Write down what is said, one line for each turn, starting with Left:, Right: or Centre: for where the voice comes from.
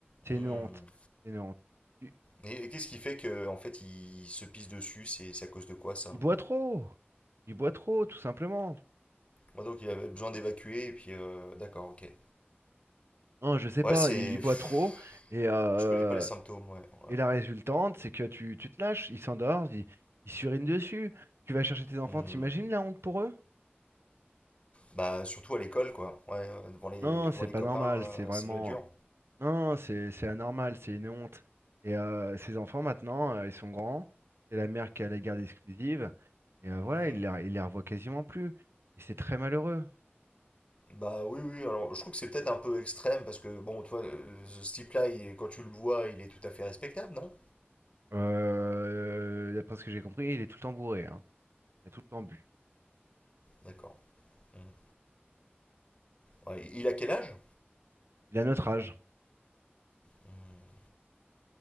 Right: c'est
Left: Mhm.
Right: une honte, c'est une honte. Il,
Left: Et, et qu'est-ce qui fait que en fait il se pisse dessus? C'est c'est à cause de quoi ça?
Right: il boit trop, il boit trop tout simplement.
Left: Ouais, donc il avait besoin d'évacuer et puis euh, d'accord, ok.
Right: Hein, je sais
Left: Ouais,
Right: pas,
Left: c'est.
Right: il, il
Left: pff,
Right: boit trop et euh,
Left: Je connais pas les symptômes, ouais. ouais.
Right: et la résultante c'est que tu, tu te lâches, il s'endort, il, il s'urine dessus. Tu vas chercher tes enfants,
Left: Hmm.
Right: t'imagines la honte pour eux?
Left: Bah surtout à l'école, quoi. Ouais, euh, devant les,
Right: Non,
Left: devant
Right: c'est
Left: les
Right: pas
Left: copains,
Right: normal,
Left: euh,
Right: c'est vraiment.
Left: c'est le dur.
Right: Non, c'est c'est anormal, c'est une honte. Et euh, ces enfants maintenant, euh, ils sont grands, c'est la mère qui a la garde exclusive, et euh, voilà,
Left: Mhm.
Right: il les, il les revoit quasiment plus. Et c'est très malheureux.
Left: Bah oui, oui, alors je trouve que c'est peut-être un peu extrême parce que, bon, toi, euh, ce type-là, il est- quand tu le vois, il est tout à fait respectable, non?
Right: Euh, d'après ce que j'ai compris, il est tout le temps bourré, hein. Il a tout le temps bu.
Left: D'accord. Mhm. Ouais, il a quel âge?
Right: Il a notre âge.
Left: Hmm.